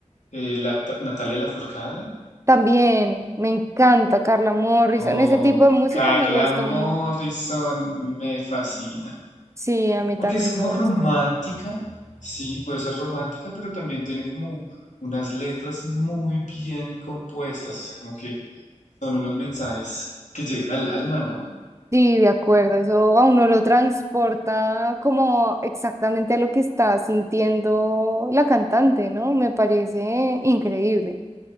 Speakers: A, on the left; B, on the right.
A: eh, la, Ta- Natalia Lafourcade
B: también me encanta Carla Morrison,
A: o
B: ese tipo de música
A: Carla
B: me gusta
A: Morrison,
B: mucho.
A: me fascina.
B: Sí, a mí
A: Porque
B: también
A: es como
B: me gusta.
A: romántica, sí, puede ser romántica, pero también tiene como unas letras muy bien compuestas, o sea, como que son unos mensajes que llegan al alma, ¿no?
B: Sí, de acuerdo, eso a uno lo transporta como exactamente a lo que está sintiendo la cantante, ¿no? Me parece increíble.